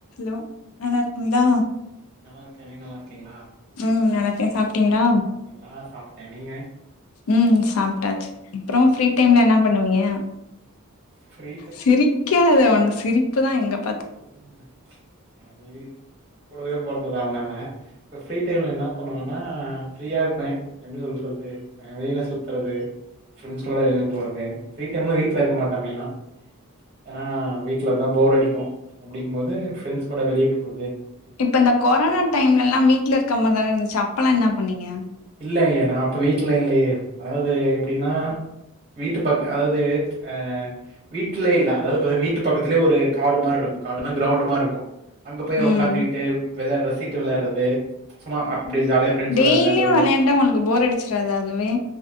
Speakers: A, on the left (about 70°); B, on the right (about 30°).
A: Hello நல்லாருக்கிங்ளா
B: நல்லா இருக்கே நீங்க நல்லா இருக்கீங்களா
A: ம் நல்லாருக்கே சாப்டீங்ளா
B: சாப்ட்டீங்களா சாப்ட்டே நீங்க
A: ம் சாப்டாச்சி அப்றோ ஃப்ரீ டைம்ல என்ன பண்ணுவீங்க
B: ஃப்ரீ
A: சிரிக்காத ஒன்- சிரிப்பு தா எங்கப்
B: விடுங்க <unintelligible> கூடவே பொறந்தது அதனால இப்ப ஃப்ரீ டைம்ல என்ன பண்ணுவன்னா ஃப்ரீயா இருப்பே, எப்டி சொல்றது வெளில சுத்தறது, ஃப்ரெண்ட்ஸ் கூட வெளில போறது, ஃப்ரீ டைம்ல வீட்டு்ல இருக்க மாட்டே மெயினா ஏனா வீட்ல இருந்தா போர் அடிக்கு அப்டிங்கு போது ஃப்ரண்ட்ஸ் கூட வெளிய போற
A: இப்ப இந்த கொரோனா டைம்லல்லா வீடலருக்க மாரிதானருந்துச்சி அப் அப்பல்லா என்னா பண்ணீங்க?
B: இல்லயே நா அப்ப வீட்டுல இல்லயே அதாவ்து எப்டின்னா வீட்டு பக்க அதாவ்து அ வீட்டுல இல்ல அதாது வீட்டு பக்கத்துலயே ஒரு காடு மார் இருக்கு, காடுன்னா கிரௌண்டு மார் இருக்கு அங்க போய்
A: ம்
B: உட்காந்து கிட்டு விளையார சிட் டு விளாற்றது சும்மா அப்டியே ஜாலியா ஃப்ரெண்ட்ஸோட
A: டெய்லியு
B: விளையாடுறது.
A: விளையாண்டா ஒன் போர் அடிச்சிராதா அதுவே